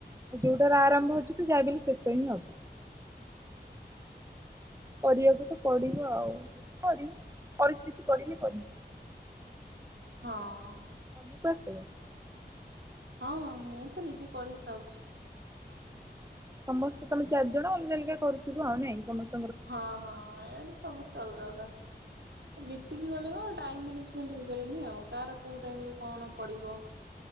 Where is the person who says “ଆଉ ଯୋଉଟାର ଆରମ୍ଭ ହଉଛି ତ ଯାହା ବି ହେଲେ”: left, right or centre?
Right